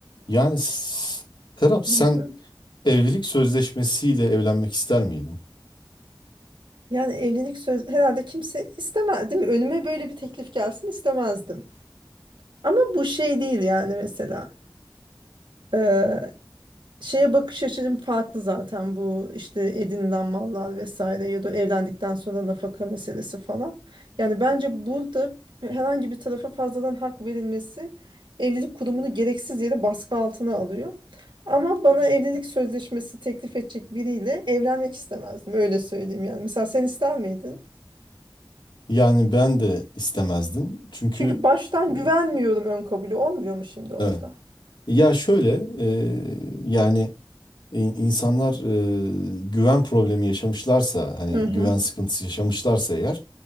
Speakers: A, on the left (about 75°); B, on the right (about 80°).
A: Yani s- Serap sen
B: Hı hı.
A: evlilik sözleşmesiyle evlenmek ister miydin?
B: Yani evlilik söz herhalde kimse istemez değil mi? Önüme böyle bir teklif gelsin istemezdim. Ama bu şey değil yani mesela. Ee, şeye bakış açım farklı zaten bu işte edinilen mallar vesaire ya da evlendikten sonra nafaka meselesi falan. Yani bence burada herhangi bir tarafa fazladan hak verilmesi evlilik kurumunu gereksiz yere baskı altına alıyor. Ama bana evlilik sözleşmesi teklif edecek biriyle evlenmek istemezdim öyle söyleyeyim yani. Mesela sen ister miydin?
A: Yani ben de istemezdim. Çünkü
B: Çünkü baştan
A: e,
B: güvenmiyorum ön kabulü olmuyor mu şimdi orada?
A: evet. Ya şöyle e, yani in- insanlar e, güven problemi yaşamışlarsa hani
B: Hı
A: güven
B: hı.
A: sıkıntısı yaşamışlarsa eğer